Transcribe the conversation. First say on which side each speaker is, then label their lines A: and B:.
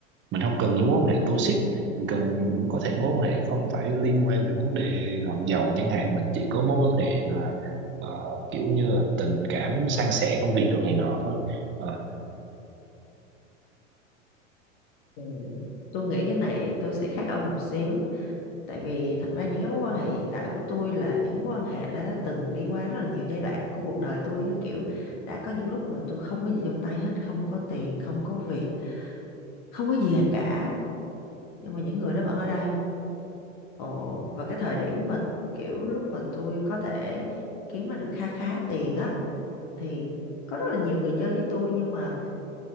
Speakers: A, on the right; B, on the left.
A: mình không cần những mối quan hệ toxic mình cần có thể mối quan hệ không phải liên quan về vấn đề làm giàu chẳng hạn mình chỉ có mối quan hệ là ờ, kiểu như là tình cảm san sẻ công việc đồ này nọ thôi Ờ,
B: ừ, tôi nghĩ cái này tôi sẽ khác ông một xíu tại vì thật ra những cái mối quan hệ hiện tại của tôi là những mối quan hệ đã từng đi qua rất là nhiều giai đoạn của cuộc đời tôi á, kiểu đã có những lúc mà tôi không có gì trong tay hết không có tiền không có việc không có gì cả nhưng mà những người đó vẫn ở đây Ồ, và cái thời điểm mà kiểu lúc mà tôi có thể kiếm ra được kha khá tiền á thì có rất là nhiều người chơi với tôi nhưng mà